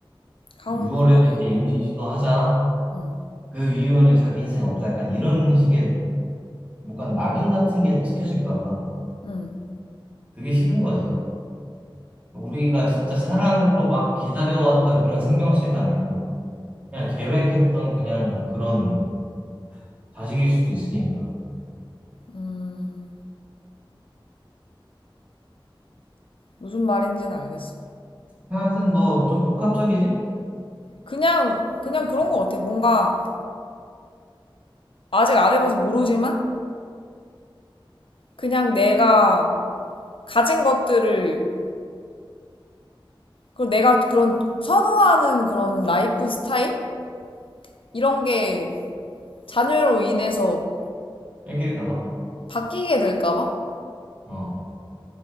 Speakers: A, on the left; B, on the right.
A: 강우프
B: 6월에는
A: 나요.
B: 이제 임신 시도하자.
A: 음,
B: 그 이후에는 자기 인생 없다. 약간 이런 식의 뭔가 낙인 같은 게 찍혀질까 봐.
A: 음,
B: 그게 싫은 거지. 우리가 진짜 사랑으로 막 기다려왔던 그런 생명체가 아니고, 그냥 계획했던 그냥 그런 자식일 수도 있으니까.
A: 음, 무슨 말인지는 알겠어.
B: 하여튼 뭐, 좀 복합적이지?
A: 그냥, 그냥 그런 것 같아. 뭔가 아직 안 해봐서 모르지만 그냥 내가 가진 것들을 그리고 내가 그런 선호하는 그런 라이프 스타일? 이런 게 자녀로 인해서
B: 뺏길까 봐.
A: 바뀌게 될까봐?
B: 어.